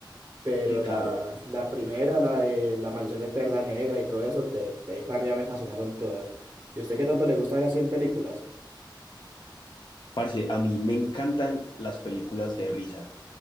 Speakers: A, on the right (about 30°); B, on the left (about 65°).
A: Pero
B: Sí,
A: la,
B: claro.
A: la primera, la de La Maldición del Perla Negra y todo eso, de, de ahí para arriba me fascinaron todas. ¿Y usted qué tanto le gusta ver así en películas?
B: Parce, a mí me encantan las películas de risa,